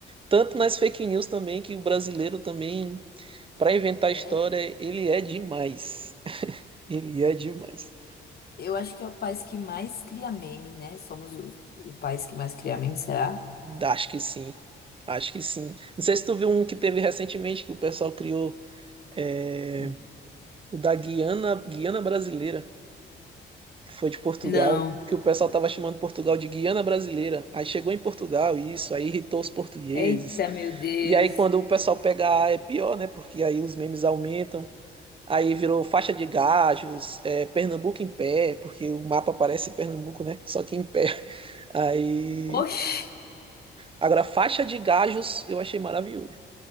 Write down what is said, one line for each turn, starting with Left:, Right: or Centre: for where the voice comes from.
Right: Tanto nas fake news também, que o brasileiro também, para inventar
Left: É,
Right: história,
Left: pô.
Right: ele é demais. <laughs> Ele é demais.
Left: Eu acho que é o país que mais cria meme, né? Somos o, o país que mais cria meme, será?
Right: Acho que sim. Acho que sim. Não sei se tu viu um que teve recentemente que o pessoal criou, é,
Left: Hum.
Right: o da Guiana, Guiana Brasileira. que foi de Portugal,
Left: Não.
Right: que o pessoal tava chamando Portugal de Guiana Brasileira. Aí chegou em Portugal isso, aí irritou os portugueses.
Left: Eita, meu Deus.
Right: E aí quando o pessoal pega A é pior, né? Porque aí os memes aumentam. Aí virou faixa de gajos, é, Pernambuco em pé, porque o mapa parece Pernambuco, né? Só que em pé. <laughs> Aí.
Left: Oxi,
Right: Agora, faixa de gajos eu achei maravilhoso.